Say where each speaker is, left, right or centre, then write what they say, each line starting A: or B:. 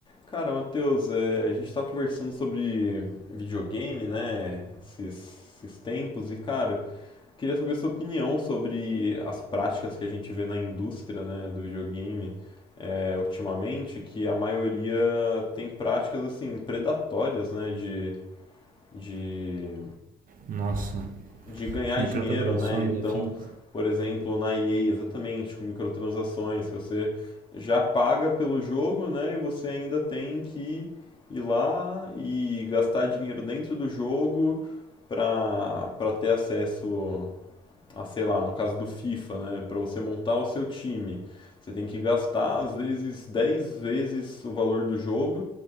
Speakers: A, on the left; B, on the right.
A: Cara, Matheus, é, a gente tá conversando sobre videogame, né? Esses, esses tempos, e cara, queria saber sua opinião sobre as práticas que a gente vê na indústria, né, do videogame, é, ultimamente, que a maioria tem práticas assim, predatórias, né? De, de
B: Nossa,
A: de ganhar
B: microtransações
A: dinheiro, né? Então,
B: e afins?
A: por exemplo, na EA, exatamente, com microtransações, que você já paga pelo jogo, né? E você ainda tem que ir lá e gastar dinheiro dentro do jogo para para ter acesso a sei lá, no caso do FIFA, né? Para você montar o seu time, você tem que gastar às vezes 10 vezes o valor do jogo